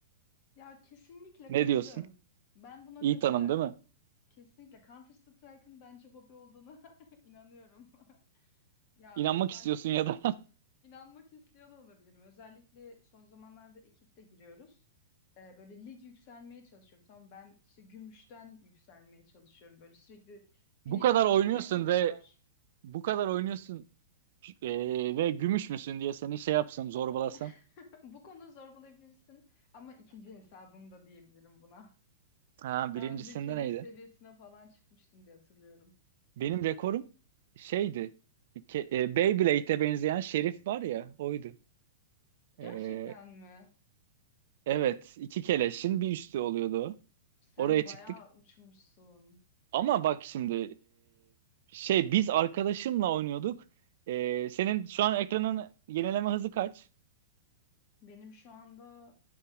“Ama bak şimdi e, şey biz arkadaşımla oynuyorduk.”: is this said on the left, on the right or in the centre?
Right